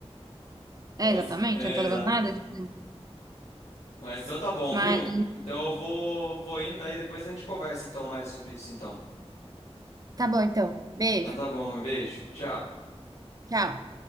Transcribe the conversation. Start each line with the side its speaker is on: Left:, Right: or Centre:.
Right: É,
Left: Ou
Right: exatamente.
Left: se- É,
Right: Eu não tô levando
Left: exato.
Right: nada de frio.
Left: Mas então tá bom,
Right: Mas
Left: viu? Então eu vou, vou indo, aí depois a gente conversa e então, mais sobre isso, então.
Right: tá bom, então. Beijo.
Left: Então tá bom, um beijo. Tchau.
Right: Tchau.